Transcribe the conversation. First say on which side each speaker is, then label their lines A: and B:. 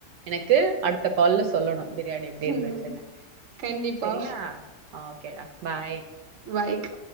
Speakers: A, on the right; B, on the right.
A: எனக்கு அடுத்த கால் ல சொல்லணு பிரியாணி எப்டி இருந்துச்சுன்ன
B: ம் கண்டிப்பா
A: செரியா ஆ ஓகேடா பாய்
B: வய்க்க